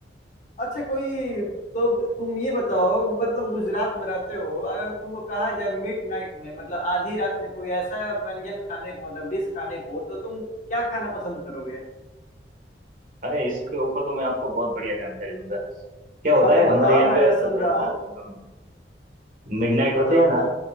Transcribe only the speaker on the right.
अरे इसके ऊपर तो मैं आपको बहुत बढ़िया जानकारी दूंगा क्या होता
है हमारे
यहाँ
पे
अगर
मिडनाइट होते
हैं ना